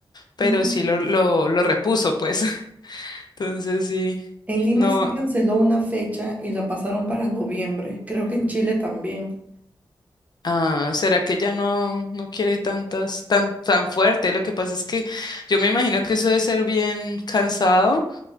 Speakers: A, on the left; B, on the right.
A: pero
B: Ujú.
A: sí lo, lo, lo repuso, pues, <laughs> entonces sí,
B: En Lima
A: no.
B: sí canceló una fecha y la pasaron para noviembre. Creo que en Chile también.
A: Ah, ¿será que ella no, no quiere tantas, tan, tan fuerte? Lo que pasa es que yo me imagino que eso debe ser bien cansado O